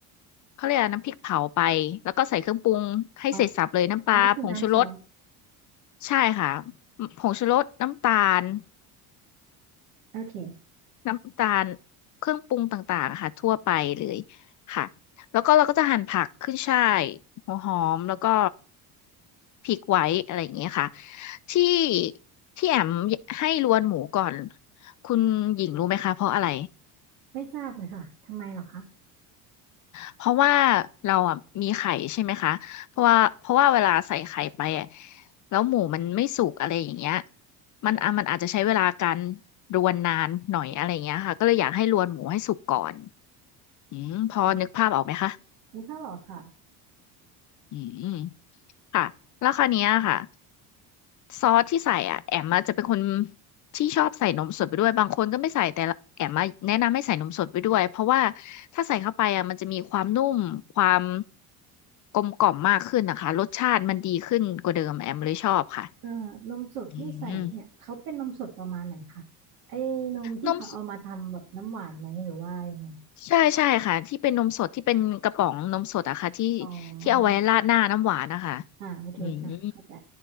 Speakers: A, on the left; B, on the right.
A: เขาเรียกอะไรน้ำพริกเผาไปแล้วก็ใส่เครื่องปรุงให้เสร็จสรรพเลยน้ำปลาผงชูรส
B: อ๋ออันนี้คือน้ำซอส
A: ใช่ค่ะผงชูรสน้ำตาล
B: โอเค
A: น้ำตาลเครื่องปรุงต่างๆอะค่ะทั่วไปเลยค่ะแล้วก็เราก็จะหั่นผักขึ้นฉ่ายหัวหอมแล้วก็พริกไว้อะไรอย่างเงี้ยค่ะที่ที่แอมให้รวนหมูก่อนคุณหญิงรู้ไหมคะเพราะอะไร
B: ไม่ทราบเลยค่ะทำไมเหรอคะ
A: เพราะว่าเราอ่ะมีไข่ใช่ไหมคะเพราะว่าเพราะว่าเวลาใส่ไข่ไปอะแล้วหมูมันไม่สุกอะไรอย่างเงี้ยมันอ่ะมันอาจจะใช้เวลาการรวนนานหน่อยอะไรอย่างเงี้ยค่ะก็เลยอยากให้รวนหมูให้สุกก่อน อืมพอนึกภาพออกไหมคะ
B: อืมนึกภาพออกค่ะ
A: อืมค่ะแล้วคราวเนี้ยค่ะซอสที่ใส่อ่ะแอมมาจะเป็นคนที่ชอบใส่นมสดไปด้วยบางคนก็ไม่ใส่แต่ละแอมมาแนะนำให้ใส่นมสดไปด้วยเพราะว่าถ้าใส่เข้าไปอ่ะมันจะมีความนุ่มความกลมกล่อมมากขึ้นนะคะรสชาติมันดีขึ้นกว่าเดิมแอมเลยชอบค่ะ
B: เอ่อนมสดที่ใส่เนี่ยเขาเป็นนมสดประมาณไหนคะไอ้นมที่เขาเอามาทำแบบน้ำหวานไหมหรือว่ายังไง
A: อืมนมสใช่ใช่ค่ะที่เป็นนมสดที่เป็นกระป๋องนมสดอะค่ะที่
B: อ๋อ
A: ที่เอาไว้ราดหน้าน้ำหวานนะคะ
B: อ่าโอเคค่ะเข้าใจ
A: อืม